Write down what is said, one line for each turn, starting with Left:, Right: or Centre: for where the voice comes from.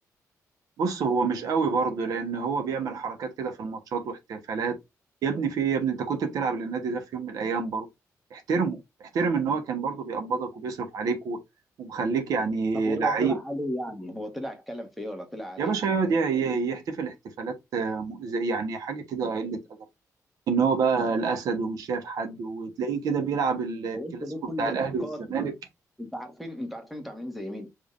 Right: بص هو مش قوي برضه لان هو بيعمل حركات كده في الماتشات واحتفالات يا ابني في ايه يا ابني انت كنت بتلعب للنادي ده في يوم من الايام برضه احترمه احترم ان هو كان برضه بيقبضك وبيصرف عليك و- ومخليك يعني
Centre: طب هو
Right: لعيب
Centre: طلع عليه يعني هو طلع اتكلم في ايه ولا طلع على
Right: يا باشا
Centre: ايه
Right: يقعد ي- ي- يحتفل احتفالات آه، م- زي يعني حاجه كده قله ادب ان هو بقى الاسد ومش شايف حد وتلاقيه كده بيلعب الكلاسيكو
Centre: هو انتوا ليه كل
Right: بتاع الاهلي
Centre: اسقاط
Right: والزمالك
Centre: بتبقى انتوا عارفين انتوا عارفين انتوا عاملين زي مين